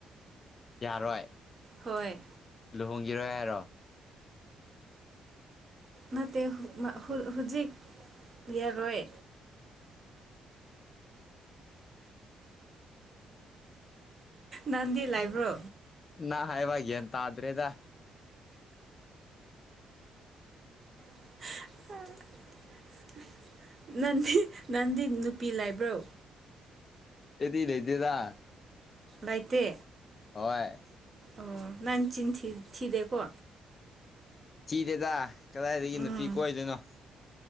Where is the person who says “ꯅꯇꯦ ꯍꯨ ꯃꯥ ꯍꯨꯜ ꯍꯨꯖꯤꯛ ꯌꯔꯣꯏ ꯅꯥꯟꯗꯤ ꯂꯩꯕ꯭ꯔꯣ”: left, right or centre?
Right